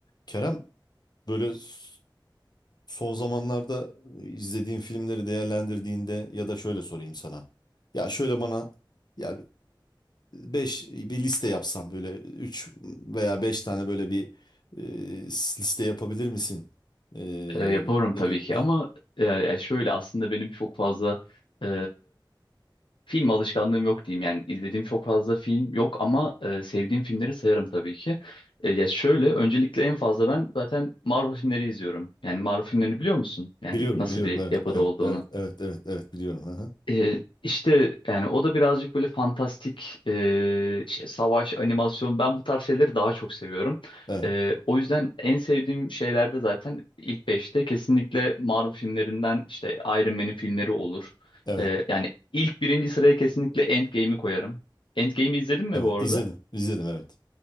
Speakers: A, on the left; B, on the left.
A: Kerem böyle s- son zamanlarda izlediğin filmleri değerlendirdiğinde ya da şöyle sorayım sana. Ya şöyle bana ya beş bir liste yapsan böyle 3 veya 5 tane böyle bir e, s- liste yapabilir misin? E,
B: E, yaparım
A: dediğimde.
B: tabii ki ama e, yani şöyle aslında benim çok fazla e, film alışkanlığım yok diyeyim. Yani izlediğim çok fazla film yok ama e, sevdiğim filmleri sayarım tabii ki. E, ya şöyle öncelikle en fazla ben zaten Marvel filmleri izliyorum. Yani Marvel filmlerini biliyor musun? Yani
A: Biliyorum,
B: nasıl
A: biliyorum.
B: bir
A: Evet,
B: yapıda
A: evet,
B: olduğunu.
A: evet, evet, evet, evet biliyorum. Hı hı.
B: E, işte yani o da birazcık böyle fantastik e, işte savaş animasyon ben bu tarz şeyleri daha çok seviyorum.
A: Evet,
B: E, o yüzden en sevdiğim şeylerde zaten ilk beşte kesinlikle Marvel filmlerinden işte Iron Man'in filmleri olur.
A: evet,
B: E, yani ilk birinci sıraya kesinlikle Endgame'i koyarım. Endgame'i izledin mi
A: evet.
B: bu arada?
A: İzledim, izledim evet.